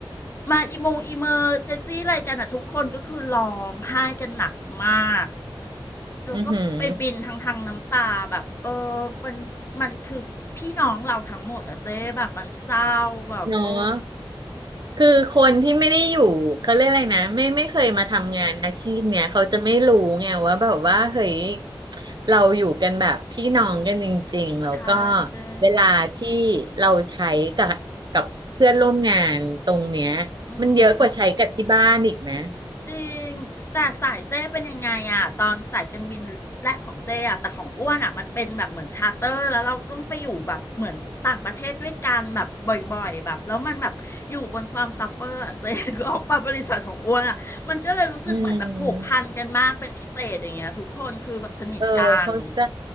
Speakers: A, on the left; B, on the right.
A: มาอีโมงอีเมอร์เจนซี่อะไรกันอ่ะทุกคนก็คือร้องไห้กันหนักมากแล้วก็ไปบินทางทางน้ำตาแบบเออ
B: อือหือ
A: มันมันคือพี่น้องเราทั้งหมดอ่ะเจ๊แบบมันเศร้าแบบโอ้
B: เนาะ คือคนที่ไม่ได้อยู่เขาเรียกอะไรนะไม่ไม่เคยมาทำงานอาชีพเนี่ยเขาจะไม่รู้ไงว่าแบบว่าเฮ้ยเราอยู่กันแบบพี่น้องกันจริงๆแล้วก็
A: ใช่เจ๊
B: เวลาที่เราใช้กับกับเพื่อนร่วมงานตรงเนี้ย
A: อืม
B: มันเยอะกว่าใช้กับที่บ้านอีกนะ
A: จริงแต่สายเจ้เป็นยังไงอะตอนสายการบินแรกของเจ้อะแต่ของอ้วนอะมันเป็นแบบเหมือนชาร์เตอร์แล้วเราต้องไปอยู่แบบเหมือนต่างประเทศด้วยกันแบบบ่อยๆแบบแล้วมันแบบอยู่บนความซัฟเฟอร์อะเจ้ถึงออกปาบริษัทของอ้วนอะมันก็เลยรู้สึกเหมือนแบบผูกพันกันมากเป็นพิเศษอย่างเงี้ยทุกคนคือแบบสนิทกัน
B: อืม เออเข้าใจ